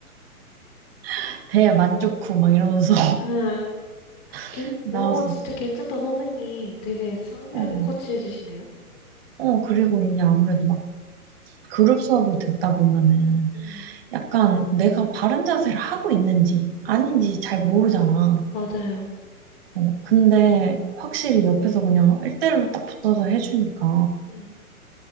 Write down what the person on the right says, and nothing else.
<laughs> 대만족 후 막 이러면서
<laughs> 나왔어
어,
어 그리고 이게 아무래도 막 그룹 수업을 듣다 보면은
약간 내가 바른 자세를 하고 있는지 아닌지 잘 모르잖아.
어, 근데 확실히 옆에서 그냥 1대1로 딱 붙어서 해주니까